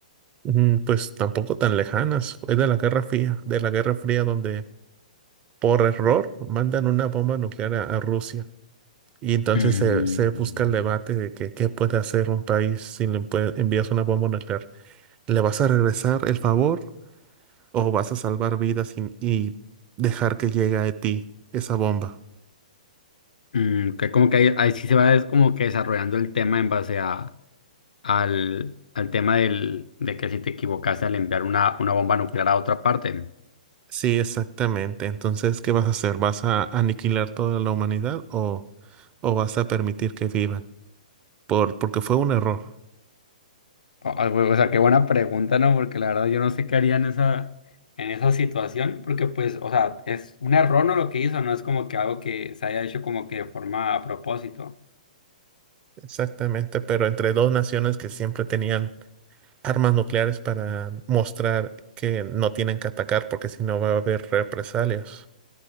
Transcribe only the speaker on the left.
Mm,
mm, que como que ahí, ahí sí se va es como que desarrollando el tema en base a, al, al tema del, de que si te equivocaste al enviar una, una bomba nuclear a otra parte.
Ah, güey, O sea, qué buena pregunta, ¿no? Porque la verdad yo no sé qué haría en esa, en esa situación, porque pues, o sea, es un error, ¿no? Lo que hizo, no es como que algo que se haya hecho como que de forma a propósito.